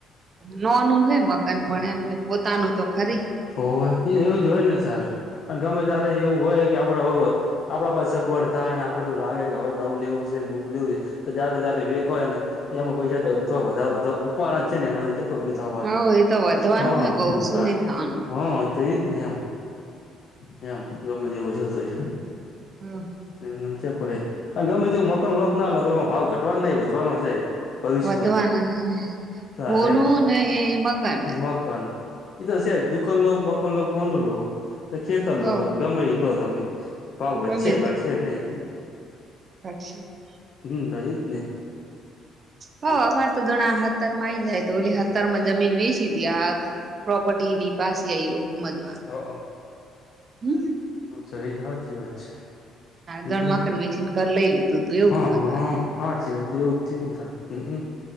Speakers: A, on the right; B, on the left.
A: ના નું હે મકાન પણ એમ કે પોતાનું તો ખરી
B: ઓ એ એવું જ હોય ને સાર‌ અ ગમે તારે એવું હોય કે આપડે હોવે આપડા પાસે સગવડ થાય ને આપડે એવું લાગે કે હવે નવું લેવું છે મોટું લેવું છે તો જયારે જારે વેકો ને તો એમાં પૈસાથવા વધ વધા ઉપવાના જ છે ને એમાંથી કવડું થવાનું
A: હવ એ તો વધવાનું
B: હ
A: હે કઉ ઓછું
B: સાર
A: નઈ થવાનું
B: હા તો એજ ને એમ એમ ગમે જ હો સધરી
A: હવ
B: એમ એમ છે કોઈ ગમે તે મકાન લોક ના લો તો એમાં ભાવ ઘટવા ન‌ઇ વધવાનો છે ભવિષ્યમય
A: વધવાના હે
B: સરે
A: હોનું
B: એમ
A: ને એ મકાન
B: મકાન એ તો જ દુકન લો મકાન લો ફોનનું લો એ ખેતર
A: હવ
B: લો તમે ગમે લો તમે ભાવ વધચ્ચે
A: ગમે
B: ઘટશે નહી
A: પક્ષી <unintelligible>
B: હમ તહિદ ને
A: હ
B: એમ
A: અમારે તો જણા હાથરમાંઈ જાય તો ઓલી વિતાર માં જમીન વેસી હતી આ પ્રોપર્ટી ની પાસે આવી એ સમજવાનું
B: હ
A: હમ
B: સ એ તો જ હ્ છે <unintelligible>
A: ગણમાંખન વેસીને
B: <unintelligible>
A: ઘર લઈ લીધું તું એવું
B: હ હા
A: સમજવાનું
B: હ હ હાચી હ એવું જ થયને તો હમ